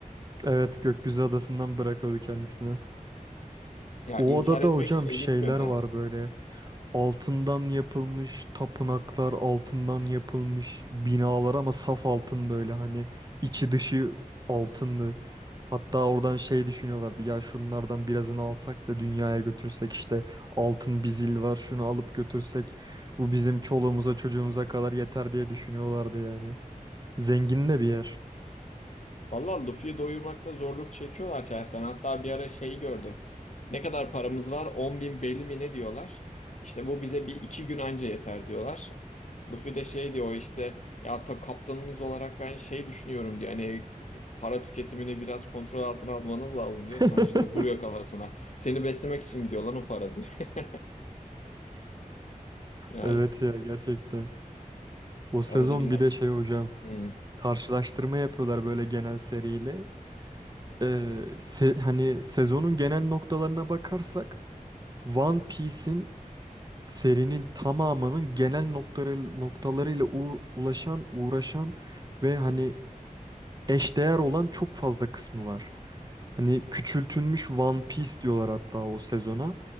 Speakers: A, on the right; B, on the left.
A: Evet, Gökyüzü Adası'ndan bırakıyordu kendisini.
B: Ya
A: O
B: intihar
A: adada
B: etmek
A: hocam
B: için iyi
A: şeyler
B: gitmiyor
A: var böyle. Altından yapılmış tapınaklar, altından yapılmış binalar ama saf altın böyle hani içi dışı altınlı. Hatta oradan şey düşünüyorlardı ya şunlardan birazını alsak da dünyaya götürsek işte altın bir zil var şunu alıp götürsek bu bizim çoluğumuza çocuğumuza kadar yeter diye düşünüyorlardı yani. Zengin de bir yer.
B: Valla Luffy'yi doyurmakta zorluk çekiyorlar şahsen. Hatta bir ara şeyi gördüm. Ne kadar paramız var? On bin belli mi ne diyorlar. İşte bu bize bir iki gün anca yeter diyorlar. Luffy de şey diyor işte ya ta kaptanınız olarak ben şey düşünüyorum diyor. Hani para tüketimini biraz kontrol altına almanız lazım diyor.
A: <laughs>
B: Sanji de vuruyor kafasına. Seni beslemek için gidiyor lan o para diyor. <laughs> Yani
A: Evet ya gerçekten. O sezon
B: arada bir...
A: bir de şey hocam.
B: Hmm.
A: Karşılaştırma yapıyorlar böyle genel seriyle. Ee, se- hani sezonun genel noktalarına bakarsak One Piece'in serinin tamamının genel noktaları noktalarıyla uğ- ulaşan, uğraşan ve hani eşdeğer olan çok fazla kısmı var. Hani küçültülmüş One Piece diyorlar hatta o sezona.